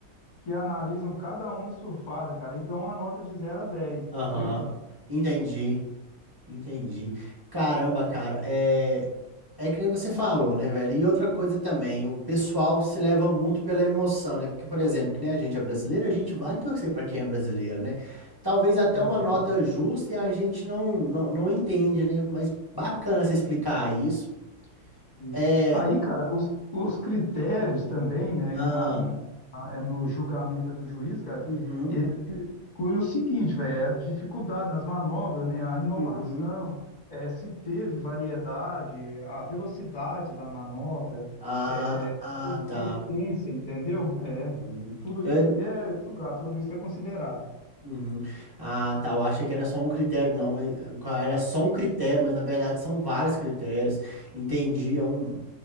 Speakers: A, on the left (about 30°); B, on the right (about 15°).
A: que analisam cada onda surfada, cara, e dão uma nota de zero a dez entendeu?
B: Aham. Entendi. Entendi. Caramba, cara, é é que nem você falou, né, velho? E outra coisa também, o pessoal se leva muito pela emoção, né? Porque, por exemplo, que nem a gente é brasileiro, a gente vai torcer pra quem é brasileiro, né? Talvez até
A: Verdade.
B: uma nota justa e a gente não não, não entende, né? Mas bacana você explicar isso.
A: Isso.
B: É,
A: Aí, cara, os, os critérios também, né,
B: ah,
A: e na, na- é no julgamento do juiz, cara,
B: uhum,
A: ele inclui o seguinte, velho, é a dificuldade nas manobras, né, a inovação,
B: uhum.
A: é, se teve variedade, a velocidade da manobra,
B: Ah,
A: é, se
B: ah,
A: teve potência,
B: tá.
A: entendeu? É,
B: Uhum.
A: tudo
B: Então,
A: isso
B: ele-
A: aí é julgado, tudo isso é considerado.
B: Uhum. Ah, tá. Eu achei que era só um critério, não, mas era só um critério, mas na verdade são vários critérios. Entendi, é um,